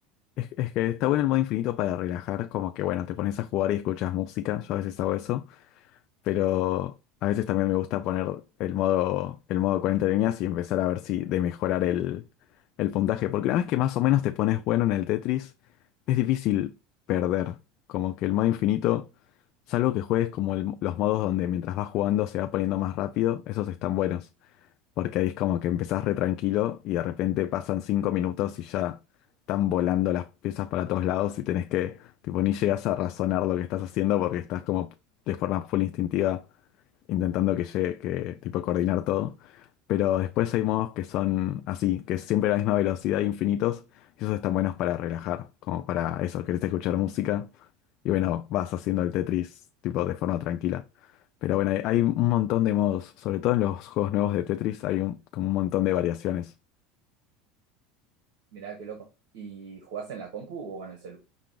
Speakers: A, on the left (about 50°); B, on the right (about 75°).
A: es, es que está bueno el modo infinito para relajar, como que bueno, te pones a jugar y escuchas música, yo a veces hago eso. pero a veces también me gusta poner el modo, el modo 40 líneas y empezar a ver si de mejorar el, el puntaje, porque una vez que más o menos te pones bueno en el Tetris, es difícil perder, como que el modo infinito, salvo que juegues como el- los modos donde mientras vas jugando se va poniendo más rápido, esos están buenos, porque ahí es como que empezás re tranquilo y de repente pasan cinco minutos y ya están volando las piezas para todos lados y tenés que, tipo, ni llegas a razonar lo que estás haciendo porque estás como de forma full instintiva intentando que llegue, que tipo coordinar todo. Pero después hay modos que son así, que es siempre la misma velocidad, infinitos, y esos están buenos para relajar, como para eso, querés escuchar música, y bueno, vas haciendo el Tetris tipo de forma tranquila. Pero bueno, hay, hay un montón de modos, sobre todo en los juegos nuevos de Tetris hay un- como un montón de variaciones.
B: Mirá qué loco. ¿Y jugás en la compu o en el celu?